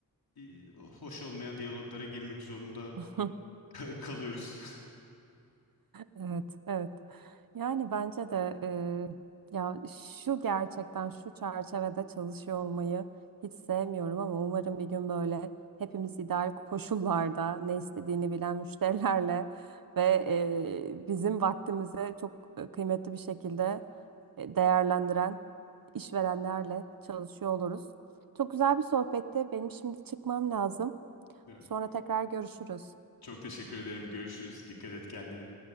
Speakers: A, on the left (about 80°); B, on the right (about 65°).
A: e, hoş olmayan diyaloglara girmek zorunda
B: <laughs>
A: <laughs> kalıyoruz. <laughs>
B: Evet, evet. Yani bence de e, ya şu gerçekten şu çerçevede çalışıyor olmayı hiç sevmiyorum ama umarım bir gün böyle hepimiz ideal koşullarda ne istediğini bilen müşterilerle ve e, bizim vaktimize çok kıymetli bir şekilde e, değerlendiren işverenlerle çalışıyor oluruz. Çok güzel bir sohbette Benim şimdi çıkmam lazım.
A: Evet.
B: Sonra tekrar görüşürüz.
A: Çok teşekkür ederim. Görüşürüz. Dikkat et kendine.